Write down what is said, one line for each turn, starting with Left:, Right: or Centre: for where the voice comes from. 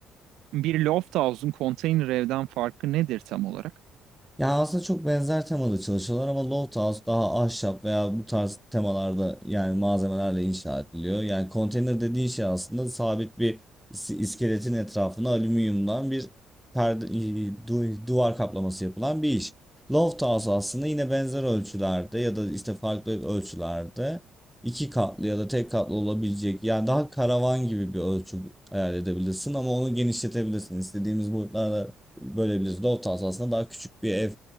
Right: Bir Lofthouse'un konteyner evden farkı nedir tam olarak?
Centre: Ya aslında çok benzer temalı çalışıyorlar ama Loft House daha ahşap veya bu tarz temalarda yani malzemelerle inşa ediliyor. Yani konteyner dediğin şey aslında sabit bir is- iskeletin etrafına alüminyumdan bir perde, i- du- duvar kaplaması yapılan bir iş. Loft House aslında yine benzer ölçülerde ya da işte farklı ölçülerde iki katlı ya da tek katlı olabilecek yani daha karavan gibi bir ölçü hayal edebilirsin ama onu genişletebilirsin. İstediğimiz boyutlarda böyle Loft house aslında daha küçük bir ev